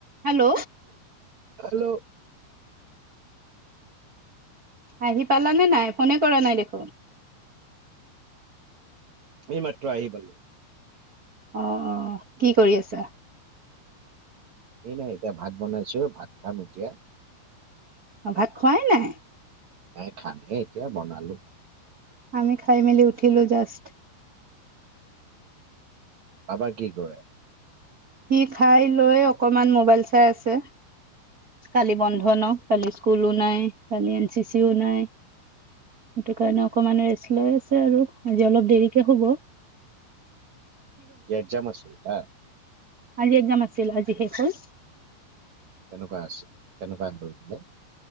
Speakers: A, on the right; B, on the right.
A: Hello
B: hello
A: আহি পালানে নাই, ফোনে কৰা নাই দেখোন?
B: এই মাত্ৰ আহি পালো।
A: অ অ কি কৰি আছা?
B: এই নাই এতিয়া ভাত বনাই আছো, ভাত খাম এতিয়া।
A: অ ভাত খোৱাই নাই?
B: এ খানহে এতিয়া বনালো
A: আমি খাই মেলি উঠিলো জাষ্ট।
B: আবাই কি কৰে
A: সি খাই লৈ অকমান মোবাইল চাই আছে। কালি বন্ধ ন কালি স্কুলো নাই কালি এন চি চিও নাই সেইটো কাৰণে অকমান ৰেষ্ট লৈ আছে আৰু আজি অলপ দেৰিকে হুব
B: আজি এক্জাম আছিল তাৰ।
A: আজি এক্জাম আছিল আজি শেষ হল
B: কেনেকুৱা আছে, কেনেকুৱা হল বোলে?